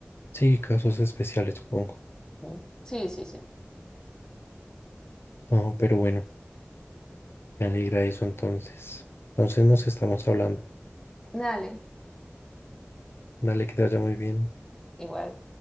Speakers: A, on the left; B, on the left.
A: Sí, casos especiales, supongo.
B: ¿Mm? Sí, sí, sí.
A: Ah, pero bueno, me alegra eso entonces. Entonces nos estamos hablando.
B: Dale,
A: Dale, que te vaya muy bien.
B: igual.